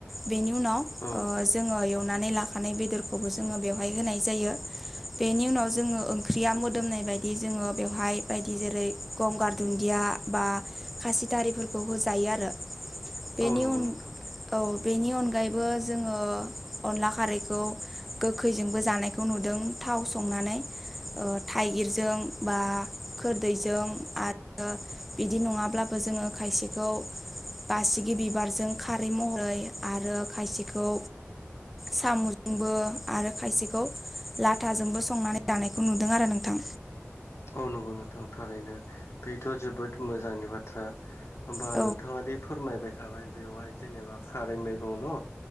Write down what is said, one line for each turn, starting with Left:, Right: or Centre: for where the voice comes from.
Centre: बेनि उनाव
Left: औ
Centre: जोङो एवनानै लाखानाय बेदरखौबो जोङो बेवहाय होनाय जायो। बेनि उनाव जोङो ओं- ओंख्रिया मोदोमनाय बायदि जोङो बेवहाय बायदि जेरै गंगार दुन्दिया बा खासिथारिफोरखौ होजायो आरो बेनि
Left: औ नंगौ
Centre: उन
Left: नोंथां
Centre: औ बेनि अनगायैबो जोङो अनला खारैखौ गोखैजोंबो जानाय बेखौ नुदों थाव संनानै थाइगिरजों बा खोरदैजों आरो बिदि नङाब्लाबो जोङो खायसेखौ बासिगि बिबारजों खारै महरै आरो खायसेखौ साम'जोंबो आरो खायसेखौ लाथाजोंबो संनानै जानाय- खौ नुदों आरो नोंथां।
Left: औ नंगौ नोंथां थारैनो बेथ' जोबोद मोजांनि बाथ्रा। होमबा
Centre: औ
Left: नोंथाङादि फोरमायबाय थाबाय बेवहाय जेनेबा खारै मैगं न'